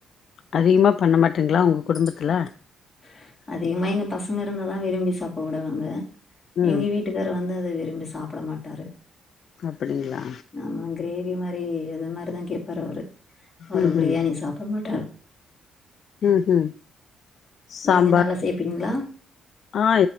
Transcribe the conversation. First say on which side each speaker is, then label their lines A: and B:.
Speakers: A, on the left (about 60°); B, on the left (about 25°).
A: அதிகமா பண்ண மாட்டிங்களா
B: ம்,
A: உங்க குடும்பத்துல?
B: ம். அதிகமா எங்க பசங்க இருந்தாதா விரும்பி சாப்ப உடுவாங்க
A: ம்
B: எங்க வீட் டுக்காரு வந்து அத விரும்பி சாப்பட மாட்டாரு.
A: அப்படிங்ளா?
B: ஆமா கிரேவி மாரி இது மாரிதா கேப்பாரு அவுரு. அவுரு
A: ம்
B: பிரியாணி
A: ம்
B: சாப்ட மாட்டாரு.
A: ம் ம் சாம்பார்
B: நீங்க நல்லா சேப்பீங்களா
A: ஆ